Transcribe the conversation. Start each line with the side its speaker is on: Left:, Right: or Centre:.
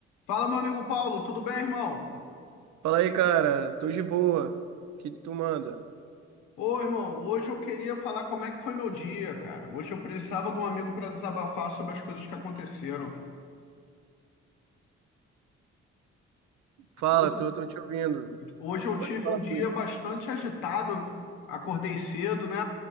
Left: Fala, meu amigo Paulo, tudo bem, irmão?
Right: Fala aí, cara. Tô de boa. O Que tu manda?
Left: Ô, irmão, hoje eu queria falar como é que foi meu dia, cara. Hoje eu precisava de um amigo para desabafar sobre as coisas que aconteceram.
Right: Fala,
Left: Hoje,
Right: tô, tô te ouvindo.
Left: hoje eu tive
Right: Pode falar
Left: um dia
Right: comigo.
Left: bastante agitado, acordei cedo, né?